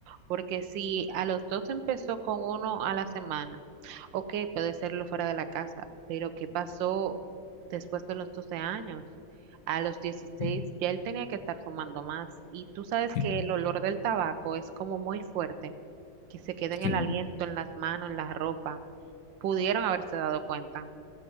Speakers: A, on the right (about 80°); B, on the left (about 65°).
A: Porque si a los dos empezó con uno a la semana, ok, puede serlo fuera de la casa. Pero ¿qué pasó después de los 12 años? A los dieciséis
B: Sí,
A: ya él tenía que estar fumando más. Y tú sabes
B: sí.
A: que el olor del tabaco es como muy fuerte que se quede en
B: sí.
A: el aliento, en las manos, en la ropa. Pudieron haberse dado cuenta.